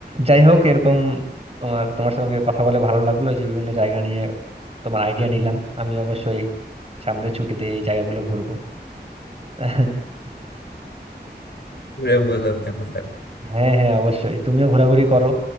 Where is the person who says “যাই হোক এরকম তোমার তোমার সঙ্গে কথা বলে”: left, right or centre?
Right